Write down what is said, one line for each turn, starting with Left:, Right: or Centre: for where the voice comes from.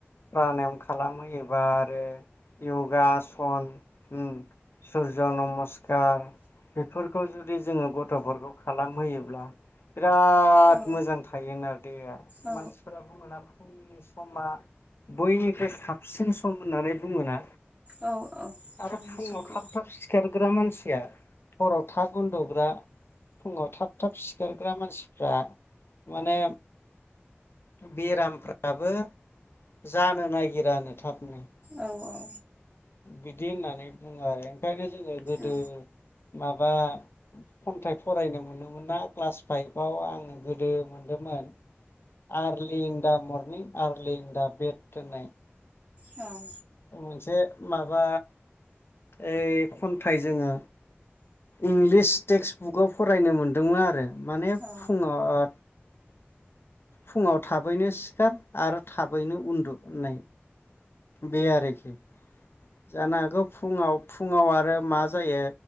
Left: प्रानायाम खालामहोयोबा आरो यगा सन उम सुरज' नमस्कार बेफोरखौ जुदि जोङो गथ'फोरखौ खालामहोयोब्ला बिराद
Right: औ
Left: मोजां थायोनो दि
Right: औ
Left: मानसिफोराबो बुङोना फुंनि समा बयनिख्रुइ साबसिन सम होननानै बुङोना
Right: औ औ फुंनि
Left: आरो फुङाव
Right: समखौ
Left: थाब थाब सिखार ग्रा मानसिया हराव थाब उन्दुग्रा फुङाव थाब थाब सिखारग्रा मानसिफ्रा माने बेरामफ्राबो जानो नागिरानो थाबनो
Right: औ औ
Left: बिदि होननानै बुङो आरो ओंखायनो जोङो गोदो
Right: औ
Left: माबा खन्थाइ फरायनो मोनोमोना क्लास फाइभआव आङो गोदो मोनदोंमोन। आरलि इन दा मर्निं आरलिन दा बेट होननाय
Right: औ
Left: मोनसे माबा ओ खन्थाइ जोङो इंलिस टेक्सट बुकाव फरायनो मोनदोंमोन आरो माने
Right: औ
Left: फुङाव ओ फुङाव थाबैनो सिखार आरो थाबैनो उन्दु नै बे आरोखि जानो हागौ फुङाव फुङाव आरो मा जायो